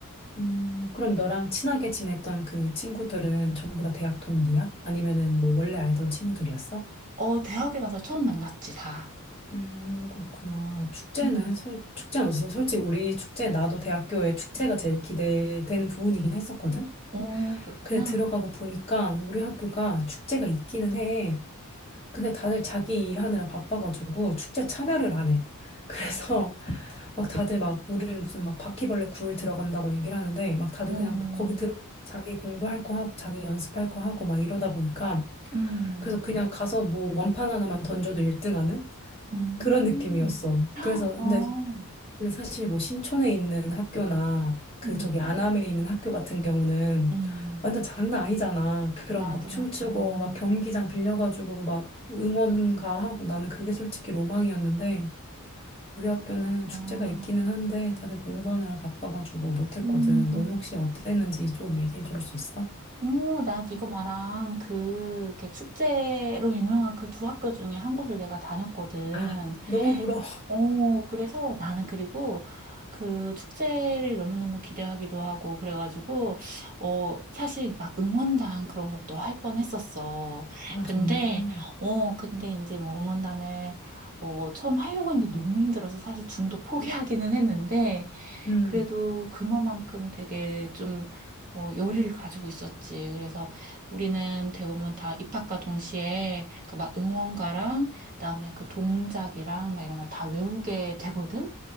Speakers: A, on the left (about 25°); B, on the right (about 35°).
A: 음, 그럼 너랑 친하게 지냈던 그 친구들은 전부 다 대학 동기야? 아니면은 뭐 원래 알던 친구들이었어?
B: 어, 대학에 가서 처음 만났지, 다.
A: 음, 그렇구나. 축제는,
B: 음.
A: 솔, 축제는 없어. 솔직히 우리 축제, 나도 대학교에 축제가 제일 기대되는 부분이긴 했었거든?
B: 어, 그렇구나.
A: 근데 들어가고 보니까 우리 학교가 축제가 있기는 해. 근데 다들 자기 일하느라 바빠가지고 축제 참여를 안 해. <laughs> 그래서
B: 어.
A: 막 다들 막 우리는 무슨 막 바퀴벌레 굴 들어간다고 얘기를 하는데 막 다들
B: 음.
A: 그냥 막 거기 들어 자기 공부할 거 하고 자기 연습할 거 하고 막 이러다 보니까
B: 음.
A: 그래서 그냥 가서 뭐 원판 하나만 던져도 1등 하는
B: 음.
A: 그런 느낌이었어. 그래서
B: 어.
A: 근데 그 사실 뭐 신촌에 있는 학교나 그
B: 음.
A: 저기 안암에 있는 학교 같은 경우는
B: 음.
A: 완전 장난 아니잖아. 그런
B: 맞아,
A: 막 춤추고
B: 맞아. 어.
A: 막 경기장 빌려가지고 막 응원가 하고 나는 그게 솔직히 로망이었는데 우리 학교는 축제가
B: 아.
A: 있기는 한데 다들 공부하느라 바빠가지고 못했거든.
B: 음,
A: 넌 혹시 어땠는지 좀 얘기해 줄 수 있어?
B: 오, 나 이거 말한 그, 이렇게 축제로 유명한 그 두 학교 중에 한 곳을 내가 다녔거든.
A: 아, 너무 부러워.
B: 오, 그래서 나는 그리고 그 축제를 너무너무 기대하기도 하고, 그래가지고, 어, 사실 막 응원단 그런 것도 할 뻔했었어.
A: 아,
B: 근데,
A: 정말.
B: 어, 근데 이제 뭐 응원단을, 어, 처음 하려고 했는데 너무 힘들어서 사실 중도 포기하기는 했는데,
A: 응
B: 그래도 그만큼 되게 좀 어, 열의를 가지고 있었지. 그래서 우리는 대부분 다 입학과 동시에 그 막 응원가랑 그다음에 그 동작이랑 막 이런 걸 다 외우게 되거든.